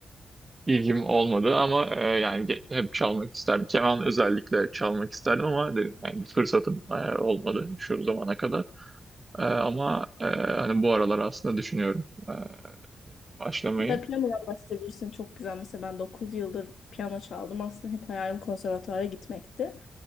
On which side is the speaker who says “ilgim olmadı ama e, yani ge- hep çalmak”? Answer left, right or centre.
Right